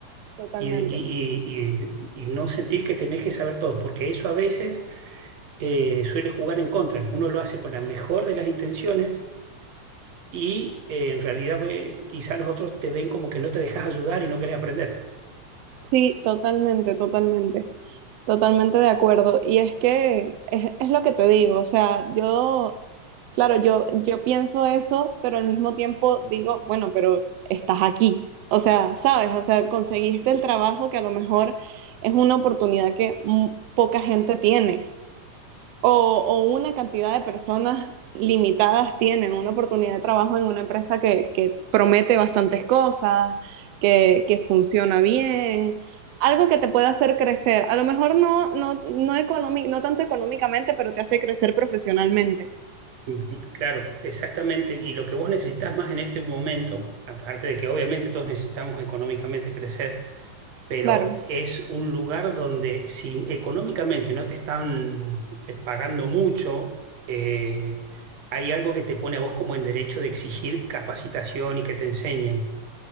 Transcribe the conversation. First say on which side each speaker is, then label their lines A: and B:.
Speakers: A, on the right; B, on the right.
A: <laughs> Totalmente.
B: y, de- y- y- y- y no sentir que tenés que saber todo, porque eso a veces eh, suele jugar en contra. Uno lo hace con la mejor de las intenciones y eh, en realidad ve- quizá los otros te ven como que no te dejas ayudar y no querés aprender.
A: Sí, totalmente, totalmente, totalmente de acuerdo. Y es que es, es lo que te digo, o sea, yo, claro, yo, yo pienso eso, pero al mismo tiempo digo, bueno, pero estás aquí, o sea, sabes, o sea, conseguiste el trabajo que a lo mejor es una oportunidad que mm, poca gente tiene o, o una cantidad de personas limitadas tienen una oportunidad de trabajo en una empresa que, que promete bastantes cosas, que, que, funciona bien, algo que te pueda hacer crecer. A lo mejor no, no, no, economic, no tanto económicamente, pero te hace crecer profesionalmente.
B: Ujú, Claro, exactamente. Y lo que vos necesitas más en este momento, aparte de que obviamente todos necesitamos económicamente crecer, pero
A: Claro.
B: es un lugar donde si económicamente no te están eh, pagando mucho, eh, hay algo que te pone a vos como en derecho de exigir capacitación y que te enseñen,